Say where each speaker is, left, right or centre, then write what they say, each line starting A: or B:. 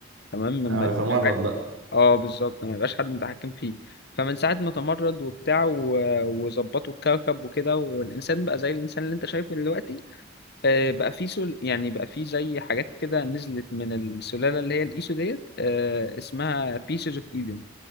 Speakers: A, on the left; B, on the right.
A: تمام ما
B: انا
A: يبقاش
B: بتمرد
A: حد
B: بقى
A: اه بالظبط ما يبقاش حد متحكم فيه فمن ساعه ما تمرد وبتاع و... وظبطوا الكوكب وكده والانسان بقى زي الانسان اللي انت شايفه دلوقتي آه، بقى في سل... يعني بقى في زي حاجات كده نزلت من السلالة اللي هي الإيسو ديت آه، اسمها Pieces of Eden